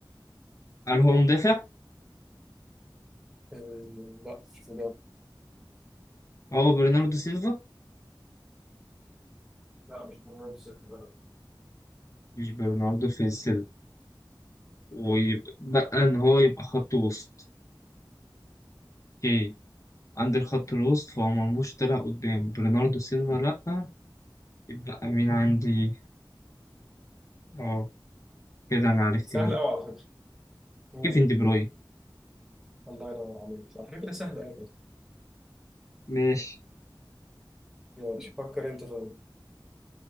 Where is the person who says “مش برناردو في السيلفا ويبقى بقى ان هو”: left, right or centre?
Left